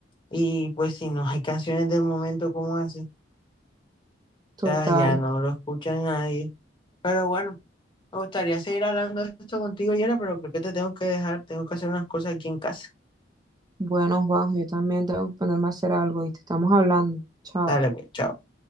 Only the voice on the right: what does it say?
Total.
Bueno, Juanjo, yo también tengo que ponerme a hacer algo, ¿viste? Estamos hablando. Chao.